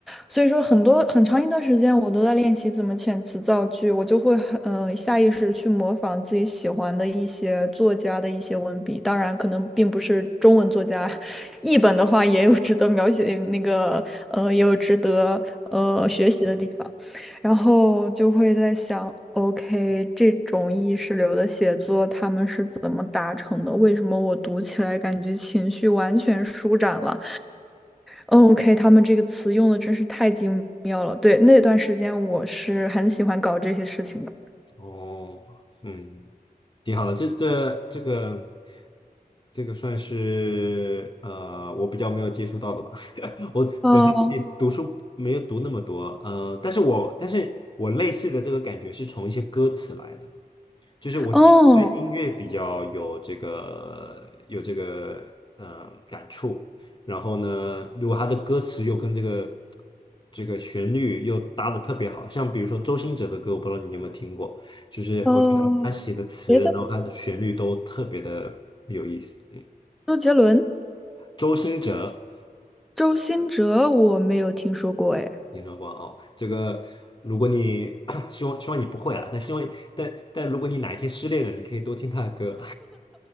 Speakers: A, in the centre; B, on the left.
A: 所以说很多很长一段时间我都在练习怎么遣词造句，我就会很呃下意识地去模仿自己喜欢的一些作家的一些文笔，当然可能并不是中文作家，译本的话也有值得描写那个呃也有值得呃学习的地方，然后就会在想。OK，这种意识流的写作，他们是怎么达成的？为什么我读起来感觉情绪完全舒展了？OK，他们这个词用的真是太精妙了。对，那段时间我是很喜欢搞这些事情的。
B: 哦，嗯，挺好的，这这这个这个算是呃我比较没有接触到的吧，<laughs> 我本身自己读书没有读那么多，
A: 哦
B: 呃，但是我但是我类似的这个感觉是从一些歌词来的。就是我自己对音乐比较有这个有这个呃感触，
A: 哦，
B: 然后呢，如果他的歌词又跟这个这个旋律又搭的特别好，像比如说周兴哲的歌，我不知道你有没有听过，就是我觉得他写的词，
A: 哦，别的
B: 然后他的旋律都特别的有意思。嗯，
A: 周杰伦、
B: 周兴哲，
A: 周兴哲我没有听说过哎。
B: 你说过哦，这个如果你 <coughs> <clears throat> 希望希望你不会啊，但希望但但如果你哪一天失恋了，你可以多听他的歌。